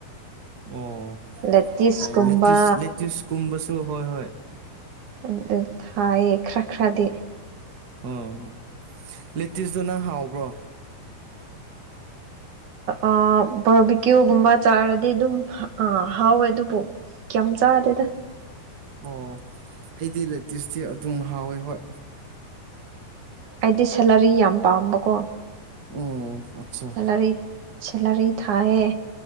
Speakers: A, on the right (about 85°); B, on the right (about 55°).
A: ꯑꯣ
B: ꯂꯦꯇꯤꯁꯀꯨꯝꯕ
A: ꯍ ꯂꯦꯇ ꯂꯦꯇꯁꯀꯨꯝꯕꯁꯨ ꯍꯣꯏ ꯍꯣꯏ
B: ꯑꯗꯨ ꯊꯥꯏꯌꯦ ꯈꯔ ꯈꯔꯗꯤ
A: ꯑꯣ ꯂꯦꯇꯤꯁꯇꯣꯅꯪ ꯍꯥꯎꯕ꯭ꯔꯣ
B: ꯑ ꯕꯔꯕꯤꯀ꯭ꯌꯨꯒꯨꯝꯕ ꯆꯥꯔꯗꯤ ꯑꯗꯨꯝ ꯑ ꯍꯥꯎꯋꯦ ꯑꯗꯨꯕꯨ ꯀꯝ ꯆꯥꯗꯦꯗ
A: ꯑꯣ ꯑꯩꯗꯤ ꯂꯦꯇꯦꯁꯇꯤ ꯑꯗꯨꯝ ꯍꯥꯎꯋꯦ ꯍꯣꯏ
B: ꯑꯩꯗꯤ ꯁꯦꯂꯔꯤ ꯌꯥꯝ ꯄꯥꯝꯕꯀꯣ
A: ꯎꯝ ꯑꯆꯥ
B: ꯁꯦꯂꯔꯤ ꯁꯦꯂꯔꯤ ꯊꯥꯢꯌꯦ